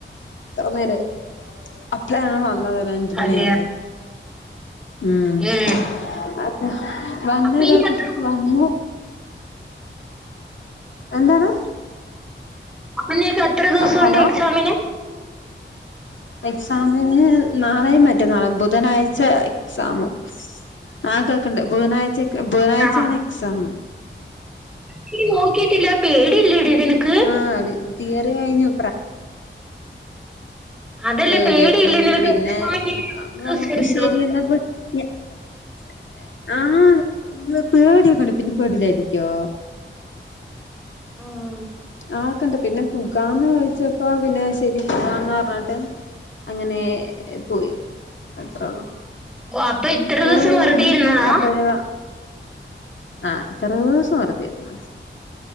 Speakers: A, on the left; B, in the centre.
A: ഇത്രനേര അപ്പഴാ ഞാൻ വന്നത് ഒരഞ്ച് മണിയാവുമ്പോം.
B: അതെയ
A: ഉം
B: ഏ
A: അപ്പം വന്നു
B: അപ്പൊ ഇനി
A: കാക്ക
B: എത്ര
A: വന്നു. എന്താണ്
B: അപ്പം നിനക്ക് എത്ര ദിവസൂണ്ട്
A: ഹലോ
B: എക്സാമിന്?
A: എക്സാമിന് നാളെ മറ്റന്നാളോ ബുധനാഴ് ച്ച എക്സാംമ് ആഹ് കേൾക്ക്‌ണ്ട് ബുധനാഴ്ചക്ക്‌ ബുധനാഴ്ച്ചേണ്
B: ആഹ്
A: എക്സാം
B: നീ നോക്കിട്ടില്ല പേടിയില്ലെടി നിനക്ക്.
A: ആഹ് ടീ തീയറി കഴിഞ്ഞു പ്രാ
B: അതല്ല
A: പേട്യൊക്കെണ്ട്
B: പേടിയില്ലേ നിനക്ക്
A: പിന്നെ
B: എക്സാമിന്
A: ഞാ പർഞ്ഞപ്പോ ശെരിയെന്നാ പ്പ <unintelligible> ആഹ് പേട്യൊക്കെണ്ട് പിന്നെ പേടില്ലായിരിക്കോ?
B: ഉം
A: ആ ഒക്കെണ്ട് പിന്നെ പുകാന്ന് ചോദിച്ചപ്പോ പിന്നെ ശെരി പുകാന്ന് പർഞ്ഞാട്ട് അങ്ങനെ പോയി അത്രൊള്ളൂ.
B: ഓ അപ്പൊ ഇത്ര
A: പോയി
B: ദിവസം വെറുതെ
A: <unintelligible>
B: ഇരുന്നതാ
A: വാ ആഹ് ഇത്രൂസം വെറ്തെയിര്ന്നു.